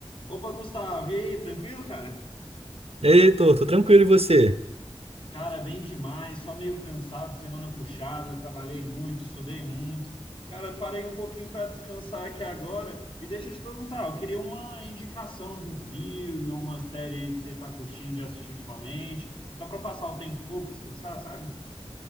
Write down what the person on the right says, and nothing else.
Ei, Heitor, tô tranquilo e você?